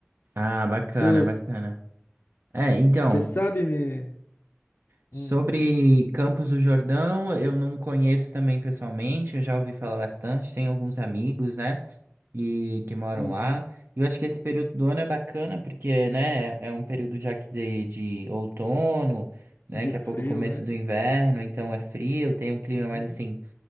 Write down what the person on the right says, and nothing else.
Ah, bacana,
bacana. É, então,
Sobre
Campos do Jordão, eu não conheço também pessoalmente, eu já ouvi falar bastante, tenho alguns amigos, né, e que moram
lá. E Eu acho que esse período do ano é bacana porque, né, é é um período já que de, de outono, né,
daqui
a pouco é o começo
do inverno, então é frio, tem um clima
mais assim